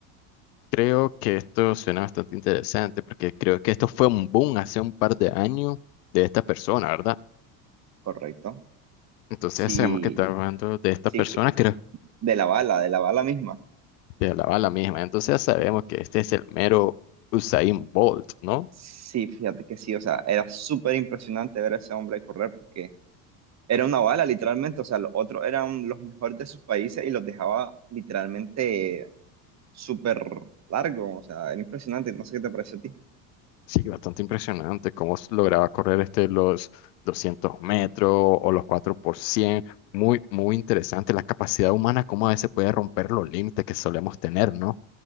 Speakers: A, on the left; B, on the right.
A: Creo que esto suena bastante interesante porque creo que esto fue un boom hace un par de años de esta persona, ¿verdad?
B: ¿correcto?
A: Entonces
B: Sí,
A: sabemos que está hablando de esta
B: sí,
A: persona.
B: que-
A: creo
B: de la bala, de la bala misma.
A: de la bala misma. Entonces ya sabemos que este es el mero Usain Bolt, ¿no?
B: Sí, fíjate que sí, o sea, era súper impresionante ver a ese hombre correr porque era una bala, literalmente, o sea, los otros eran los mejores de sus países y los dejaba literalmente súper largo, o sea, era impresionante, no sé qué te pareció a ti.
A: Sí, bastante impresionante cómo s- lograba correr este los 200 metros o los cuatro por cien Muy, muy interesante la capacidad humana, cómo a veces puede romper los límites que solemos tener, ¿no?